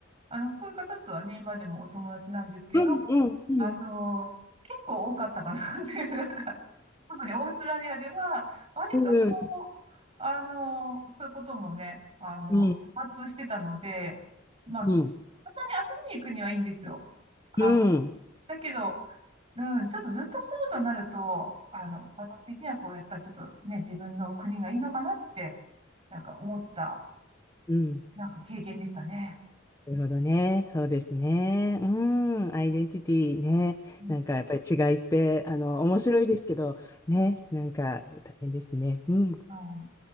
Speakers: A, on the right (about 30°); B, on the left (about 15°).
A: あの、そういう方とはね、今でもお友達なんですけど、
B: うん、うん、うん。
A: あの、結構多かったかなっていう、なんか、特にオーストラリアでは、割とこう、
B: うん、
A: あの、そういうこともね、あの、
B: うん、
A: 多発してたので、まあ、
B: うん。
A: たまに遊びに行くにはいいんですよ。あの、
B: うん。
A: だけど、うん、ちょっとずっと住むとなると、あの、私的にはこう、やっぱりちょっとね、自分の国がいいのかなって、なんか思った、
B: うん。
A: なんか経験でしたね。
B: なるほどね。そうですね。うん。アイデンティティね。
A: うん、
B: なんかやっぱり違いって、あの、面白いですけど、ね。なんか大変ですね。うん。
A: うん